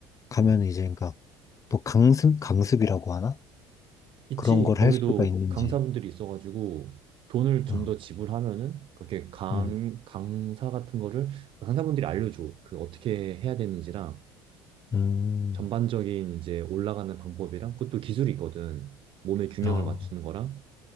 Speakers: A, on the left; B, on the right.
A: 가면
B: 어,
A: 이제, 그니까 또 강습, 강습이라고 하나?
B: 있지.
A: 그런 걸
B: 거기도
A: 할 수가 있는지.
B: 강사분들이 있어가지고 돈을 좀
A: 어,
B: 더 지불하면은 그렇게 강
A: 음,
B: 강사 같은 거를 강사분들이 알려줘. 그 어떻게 해야 되는지랑
A: 음,
B: 전반적인 이제 올라가는 방법이랑 그것도 기술이 있거든. 몸의 균형을
A: 어,
B: 맞추는 거랑